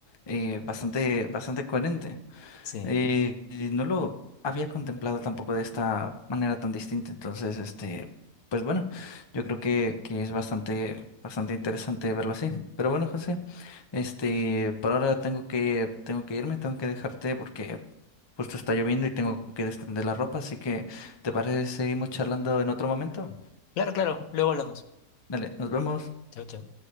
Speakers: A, on the left; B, on the left.
A: eh, bastante, bastante coherente.
B: sí,
A: Eh, eh, no lo había contemplado tampoco de esta manera tan distinta. Entonces, este, pues bueno, yo creo que, que es bastante, bastante interesante verlo así. Pero bueno, José, este, por ahora tengo que, tengo que irme, tengo que dejarte porque justo está lloviendo y tengo que extender la ropa. Así que, ¿te parece si seguimos charlando en otro momento?
B: claro, claro, luego hablamos.
A: Dale, nos vemos.
B: Chao, chao.